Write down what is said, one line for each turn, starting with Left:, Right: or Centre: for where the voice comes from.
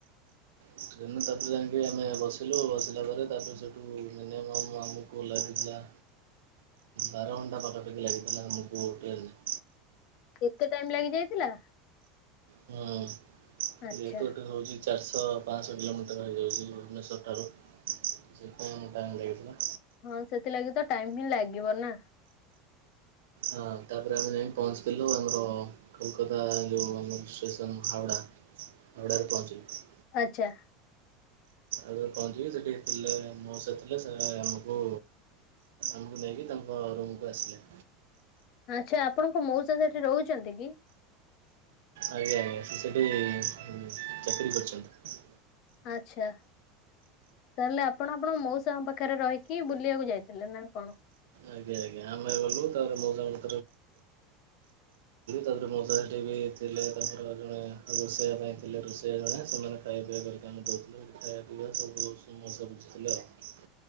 Right: ଟ୍ରେନ ତାପରେ ଯାଇକି ଆମେ ବସିଲୁ ବସିଲା ପରେ ତାପରେ ସେଠୁ ମିନିମମ୍ ଆମକୁ ଲାଗିଥିଲା
Left: <inaudible>
Right: ବାର ଘଂଟା ପାଖାପାଖି ଲାଗିଥିଲା ଆମକୁ ଟ୍ରେନ୍ ରେ।
Left: ଏତେ ଟାଇମ୍ ଲାଗି ଯାଇଥିଲା?
Right: ହଁ ଯେହେତୁ
Left: ଆଚ୍ଛା
Right: ଏଠି ହଉଛି ଚାରିଶହ ପାଞ୍ଚଶହ କିଲୋମିଟର ହେଇଯାଉଛି ଭୁବନେଶ୍ୱର ଠାରୁ ସେଇଥି ପାଇଁ ଆମକୁ ଟାଇମ୍ ଲାଗିଥିଲା।
Left: ହଁ ସେଥିଲାଗି ତ ଟାଇମ ହିଁ ଲାଗିବ ନା?
Right: ହଁ ତାପରେ ଆମେ ଯାଇି ପହଞ୍ଚିଥିଲୁ ଆମର କୋଲକାତା ଯୋଉ ଆମର ଷ୍ଟେସନ ହାଉଡା। ହାଉଡ଼ାରେ ପହଞ୍ଚିଲି।
Left: ଆଚ୍ଛା।
Right: ଆଉ ପହଞ୍ଚିକି ସେଠି ଥିଲେ ମୋଉସା ସେ ଥିଲେ ସେ ଆମକୁ ଆମକୁ ନେଇକି ତାଙ୍କ ରୁମକୁୁ ଆସିଲେ।
Left: ଆଚ୍ଛା ଆପଣଙ୍କ ମଉସା ସେଠି ରହୁଛନ୍ତି କି?
Right: ଆଜ୍ଞା ଆଜ୍ଞା ସେଠି ଚାକିରି କରିଛନ୍ତି।
Left: ଆଚ୍ଛା। ତାହେଲେ ଆପଣ ଆପଣ ମଉସା ଙ୍କ ପାଖରେ ରହିକି ବୁଲିବାକୁ ଯାଇଥିଲେ ନା କଣ?
Right: ଆଜ୍ଞା ଆଜ୍ଞା ଆମେ ଗଲୁ ତାପରେ ମଉସା ରହିଲି ତାପରେ ମଉସା ସେଠି ବି ଥିଲେ ତାଙ୍କର ଜଣେ ରୋଷେଆ ପାଇଁ ଥିଲେ ରୋଷେଇଆ ଜଣେ ସେମାନେ ଖାଇବା ପିବାକ କମେ ଦଉଥିଲେ ଖାଇବା ପିଇବା ସବୁ ମଉସା ବୁଝିଥିଲେ ଆଉ।